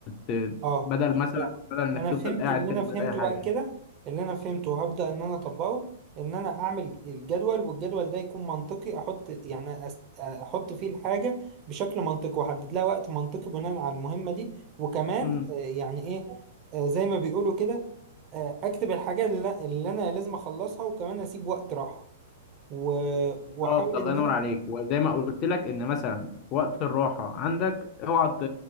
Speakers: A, on the left; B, on the right.
A: ت...
B: اه
A: بدل مثلا
B: يعني
A: بدل إنك
B: انا
A: تفضل
B: فهمت
A: قاعد
B: اللي
A: كده
B: انا
A: من
B: فهمته
A: غير أي حاجة
B: بقى كده اللي انا فهمته وهبدا ان انا اطبقه ان انا اعمل الجدول والجدول ده يكون منطقي احط يعني أس- احط فيه الحاجه بشكل منطقي واحدد لها وقت منطقي بناء على المهمه دي وكمان
A: امم
B: آه، يعني ايه آه، زي ما بيقولوا كده آه، اكتب الحاجه اللي اللي انا لازم اخلصها وكمان اسيب وقت راحه و-
A: بالظبط
B: واحاول
A: الله
B: ان
A: ينور
B: انا
A: عليك وزي ما قلت لك ان مثلا في وقت الراحه عندك اوعى ت-